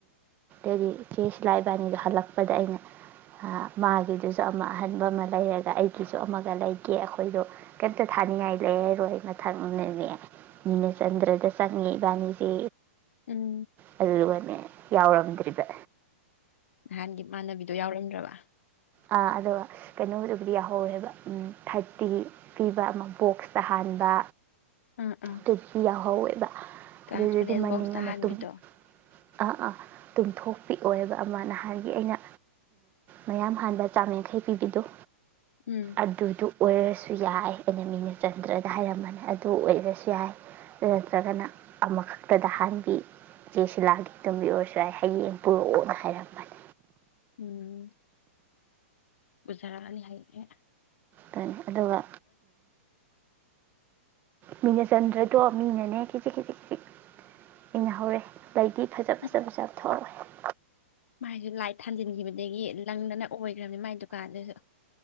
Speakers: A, on the right; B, on the left.
A: ꯑꯗꯨꯗꯤ ꯆꯦꯁ ꯏꯂꯥ ꯏꯕꯥꯅꯤꯗꯣ ꯍꯜꯂꯛꯄꯗ ꯑꯩꯅ ꯃꯥꯒꯤꯗꯨꯁꯨ ꯑꯃ ꯑꯍꯟꯕ ꯑꯃ ꯂꯩꯔꯒ ꯑꯩꯒꯤꯁꯨ ꯑꯃꯒ ꯂꯩꯒꯦ ꯑꯩꯈꯣꯏꯗꯣ ꯀꯩꯝꯇ ꯊꯥꯅꯤꯡꯉꯥꯏ ꯂꯩꯔꯔꯣꯏ ꯃꯊꯪꯅꯅꯦ ꯅꯤꯅꯆꯟꯗ꯭ꯔꯗ ꯆꯪꯉꯤ ꯏꯕꯥꯅꯤꯁꯤ
B: ꯎꯝ
A: ꯑꯗꯨꯒꯅꯦꯦ ꯌꯥꯎꯗꯔꯤꯕ
B: ꯅꯍꯥꯟꯒꯤ ꯏꯃꯥꯟꯅꯕꯤꯗꯣ ꯌꯥꯎꯔꯝꯗ꯭ꯔꯕ
A: ꯑꯥ ꯑꯗꯨꯒ ꯀꯩꯅꯣꯗꯨꯕꯨꯗꯤ ꯌꯥꯍꯧꯔꯦꯕ ꯊꯥꯔꯇꯤ ꯄꯤꯕ ꯑꯃ ꯕꯣꯛꯁꯇ ꯍꯥꯟꯕ
B: ꯑꯥ ꯑꯥ
A: ꯇ ꯌꯥ ꯑꯍꯧꯋ ꯑꯣꯏꯕ
B: ꯇ꯭ꯔꯥꯟꯁꯄꯔꯦꯟ
A: ꯑꯗꯨꯗꯨꯗꯤ ꯃꯅꯤꯡꯉ
B: ꯕꯣꯛꯁꯇ ꯍꯥꯟꯕꯤꯗꯣ
A: ꯃꯇꯨꯡ ꯑꯥ ꯑꯥ ꯇꯨꯝꯊꯣꯛꯄꯤꯑꯣꯕ ꯑꯃ ꯅꯍꯥꯟꯒꯤ ꯑꯩꯅ ꯃꯌꯥꯝ ꯑꯍꯥꯟꯕ ꯆꯥꯝꯃ ꯌꯥꯡꯈꯩ ꯄꯤꯕꯤꯗꯨꯣ
B: ꯎꯝ
A: ꯑꯗꯨꯗꯨ ꯑꯣꯏꯔꯁ ꯁꯨ ꯌꯥꯏ ꯑꯦꯅꯤꯃꯤ ꯅꯆꯟꯗ꯭ꯔꯗ ꯍꯥꯏꯔꯝꯕꯅꯤ ꯑꯗꯨ ꯑꯣꯏꯔꯁꯨ ꯌꯥꯏ ꯑꯗꯨ ꯅꯠꯇ꯭ꯔꯒꯅ ꯑꯃꯈꯛꯇꯗ ꯍꯍꯥꯟꯕꯤ ꯆꯦꯁꯤꯂꯥꯒꯤ ꯇꯨꯝꯕꯤ ꯑꯣꯏꯔꯁꯨ ꯌꯥꯏ ꯍꯌꯦꯡ ꯄꯨꯔꯛꯣꯅ ꯍꯥꯏꯔꯝꯕꯅꯤ
B: ꯎꯝ ꯎꯖꯔꯛꯑꯅꯤ ꯍꯌꯦ
A: ꯊꯅꯤ ꯑꯗꯨꯒ ꯃꯤꯅ ꯆꯟꯗ꯭ꯔꯗꯣ ꯃꯤꯅꯅꯦ ꯈꯤꯖꯤꯛ ꯈꯤꯖꯤꯛ ꯈꯤꯖꯤꯛ ꯏꯡꯅꯍꯧꯔꯦ ꯂꯩꯗꯤ ꯐꯖ ꯐꯖꯕꯁꯨ
B: ꯎꯝ
A: ꯌꯥꯝ ꯊꯣꯛꯛꯑꯦ
B: ꯃꯥꯏꯁꯨ ꯂꯥꯏꯠ ꯊꯥꯟꯖꯤꯟꯈꯤꯕꯗꯒꯤ ꯂꯪꯗꯅ ꯑꯣꯏ ꯏꯤꯝꯅꯤ ꯃꯥꯏ ꯗꯨꯀꯥꯟꯗꯨꯗ